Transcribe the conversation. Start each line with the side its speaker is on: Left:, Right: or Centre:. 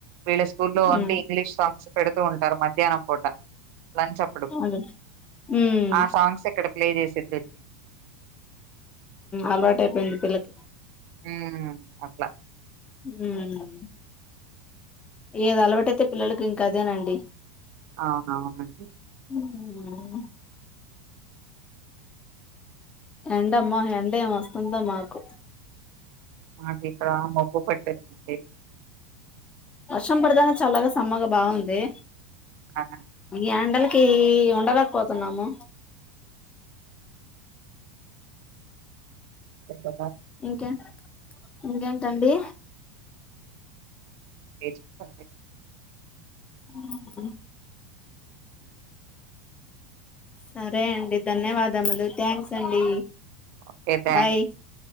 Right: వీళ్ళ స్కూల్లో ఓన్లీ
Left: ఉమ్
Right: ఇంగ్లీష్ సాంగ్స్ పెడుతూ ఉంటరు మధ్యాహ్నం పూట లంచ్ అప్పుడు
Left: అదే ఉమ్
Right: ఆ సాంగ్స్ ఇక్కడ ప్లే చేసేది
Left: అలవాటు అయిపోయింది పిల్లకి
Right: ఉ అట్లా
Left: ఉమ్ ఏది అలవాటైతే పిల్లలకి ఇంకాఅదేనండి
Right: అవునుఆవునండి
Left: ఉ ఎండమ్మ ఎండ ఏం వస్తుంద మాకు
Right: మాకు ఇక్కడ మబ్బు పట్టందడి
Left: వర్షం పడదనే చల్లగా సమ్మర్ల బాగుంది
Right: ఆ!
Left: ఈ ఎండలకి ఉండలేకపోతున్నాము
Right: ఎటు పోతావ్
Left: ఇంకే ఇంకేంటండి
Right: ఏ <unintelligible>
Left: ఉ హు సరే అండి ధన్యవాదములు థ్యాంక్స్ అండి
Right: okay thanks
Left: bye